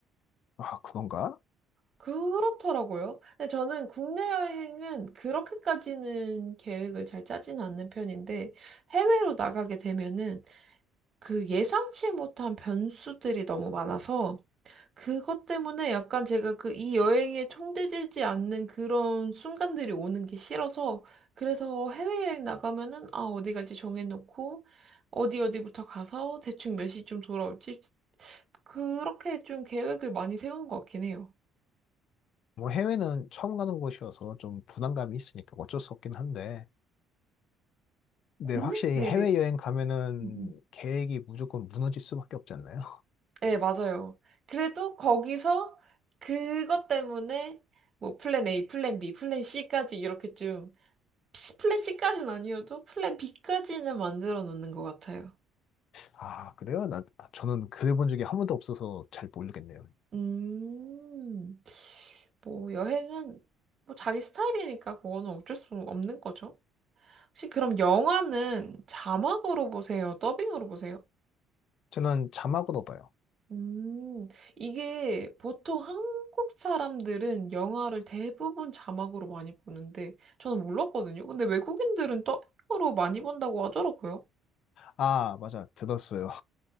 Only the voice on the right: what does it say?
그렇더라고요. 근데 저는 국내 여행은 그렇게까지는 계획을 잘 짜지는 않는 편인데 해외로 나가게 되면은 그 예상치 못한 변수들이 너무 많아서 그것 때문에 약간 제가 그 이 여행에 총대되지 않는 그런 순간들이 오는 게 싫어서 그래서 해외여행 나가면은 아 어디 갈지 정해놓고 어디 어디부터 가서 대충 몇 시쯤 돌아올지 그렇게 좀 계획을 많이 세우는 것 같긴 해요.
국내?
네네.
음, 음.
네, 맞아요. 그래도 거기서 그것 때문에 뭐 플랜 A, 플랜 B, 플랜 C까지 이렇게 좀 플랜 C까지는 아니어도 플랜 B까지는 만들어 놓는 것 같아요.
음, 뭐 여행은 뭐 자기 스타일이니까 그거는 어쩔 수 없는 거죠. 혹시 그럼 영화는 자막으로 보세요? 더빙으로 보세요?
음, 이게 보통 한국 사람들은 영화를 대부분 자막으로 많이 보는데 저는 몰랐거든요. 근데 외국인들은 더빙으로 많이 본다고 하더라고요.